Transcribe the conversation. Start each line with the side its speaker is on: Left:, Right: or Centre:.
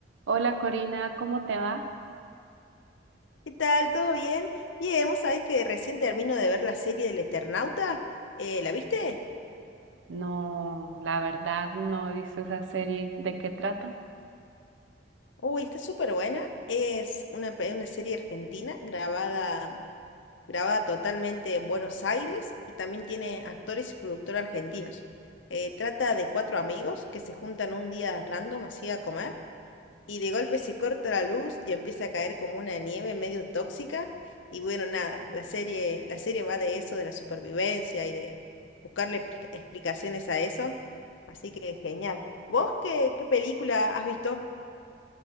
Right: Hola Corina, ¿cómo te va?
Left: ¿Qué tal? ¿Todo bien? Bien, vos sabés que recién termino de ver la serie del Eternauta. Eh, ¿la viste?
Right: No, la verdad no he visto esa serie. ¿De qué trata?
Left: Uy, está súper buena. Es una, pe- una serie argentina grabada, grabada totalmente en Buenos Aires y también tiene actores y productores argentinos. Eh, trata de cuatro amigos que se juntan un día random así a comer. Y de golpe se corta la luz y empieza a caer como una nieve medio tóxica. Y bueno, nada, la serie, la serie va de eso, de la supervivencia y de buscarle pli- explicaciones a eso. Así que genial. ¿Vos qué, qué película has visto?